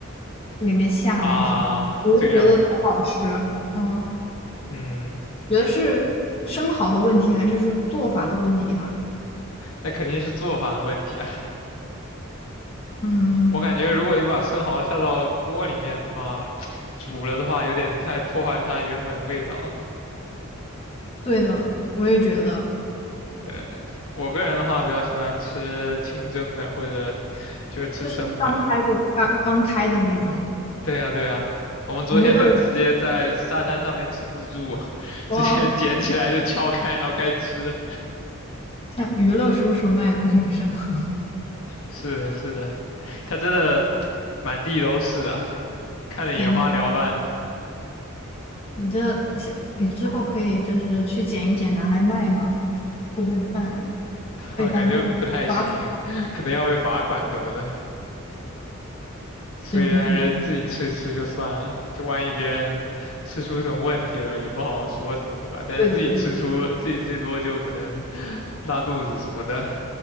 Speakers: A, on the left (about 30°); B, on the left (about 70°).
A: 里面下那个生蚝，
B: 啊，
A: 我就觉得不好吃，
B: 这个样子吗？
A: 嗯。
B: 嗯，
A: 觉得是生蚝的问题，还是说做法的问题啊？
B: 那肯定是做法的问题啊。
A: 嗯，
B: 我感觉如果你把生蚝下到锅里面的话，<tsk> 煮了的话有点太破坏它原本的味道了。
A: 对的，我也觉得，
B: 对，我个人的话比较喜欢吃清蒸的，或者就是吃生的。
A: 就是刚开过、刚刚开的那种
B: 对呀，对呀，我们昨天就直接在沙滩上面吃自助，
A: 娱乐，
B: <laughs> 直接捡起来就敲开，
A: 哇，
B: 然后开始吃。
A: 像娱乐叔叔卖的那个生蚝，<laughs>
B: 是的是的，它真的满地都是啊，看得眼花缭乱的。
A: 天呐，你这你之后可以就是去捡一捡拿来卖吗？会不会犯
B: 啊，
A: 被当地抓走？
B: 感觉不太行，<laughs> 可能要被罚款什么的，所以还是自己吃一吃就算了。
A: 只能自己。
B: 就万一别人吃出什么问题了，也不好说什么，对吧？但是自己吃出，
A: 对的，对的，
B: 自己最多就可能 <laughs> 拉肚子什么的。